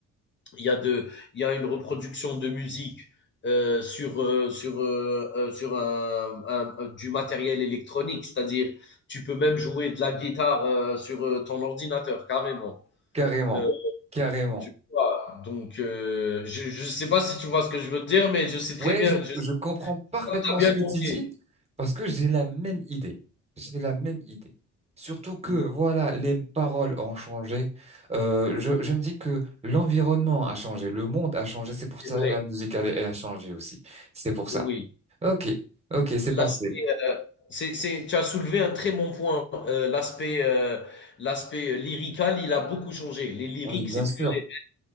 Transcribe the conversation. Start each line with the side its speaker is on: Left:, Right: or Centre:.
Left: il y a de il y a une reproduction de musique, heu, sur, heu, sur, heu heu, sur un un un- du matériel électronique. C'est-à-dire, tu peux même jouer de la guitare, heu, sur, heu, ton ordinateur, carrément.
Right: Carrément,
Left: Heu,
Right: carrément.
Left: tu vois? Donc heu, je ne sais pas si tu vois ce que je veux dire, mais je sais
Right: Ouais,
Left: très bien
Right: je,
Left: je sais
Right: je comprends parfaitement
Left: pas que tu as bien
Right: ce que
Left: compris.
Right: tu dis parce que j'ai la même idée. J'ai la même idée. Surtout que,
Left: Mmh,
Right: voilà, les paroles ont changé. Euh, je, je me dis que l'environnement a changé, le monde a changé. C'est pour
Left: c'est
Right: ça
Left: vrai,
Right: que la musique, elle, elle a changé aussi. C'est pour ça.
Left: oui.
Right: Ok, ok, c'est
Left: L'aspect,
Right: parfait.
Left: heu, c'est c'est tu as soulevé un très bon point, heu, l'aspect, heu, l'aspect, heu, lyrical, il a beaucoup changé. Les lyriques,
Right: Oui, bien
Left: c'est
Right: sûr.
Left: plus les